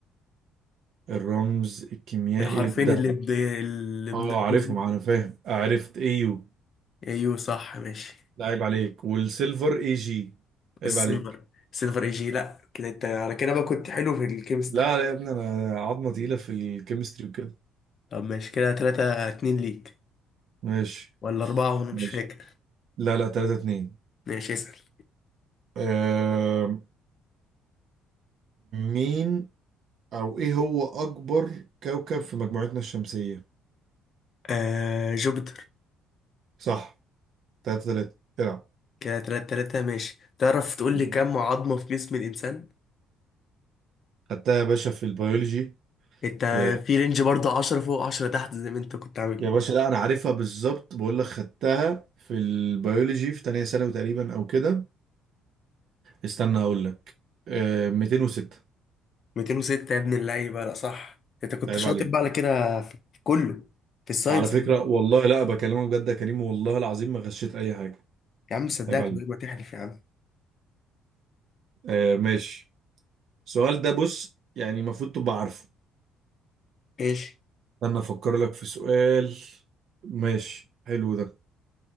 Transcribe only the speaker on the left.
الحرفين
اللي ب... اللي
بنرمزهم
ايوه صح ماشي
السيلفر
السيلفر اي جي لا كده انت على كده بقى كنت حلو في الكيمستري
طب ماشي كده تلاتة اتنين ليك
ولا أربعة وأنا
مش فاكر
ماشي اسأل
آه جوبيتر
كده تلاتة تلاتة ماشي تعرف تقول
لي كم عظمة في جسم الإنسان؟
أنت
في رينج برضه عشرة فوق عشرة تحت زي ما أنت كنت عامل
206 يا ابن اللعيبة لا صح أنت كنت
شاطر
بقى على كده في في كله في الساينس
عامة.
يا عم صدقك
من غير ما تحلف يا عم
ايش